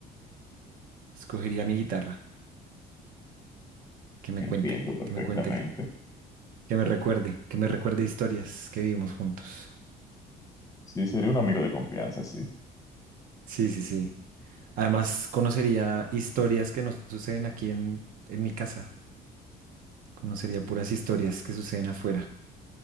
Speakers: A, on the right; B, on the left.
A: Escogería a mi guitarra. Que me
B: Entiendo
A: cuente,
B: perfectamente.
A: que me cuente, que me recuerde, que me recuerde historias que vivimos juntos.
B: Sí, sería un amigo de confianza, sí.
A: Sí, sí, sí. Además, conocería historias que nos suceden aquí en, en mi casa. Conocería puras historias que suceden afuera.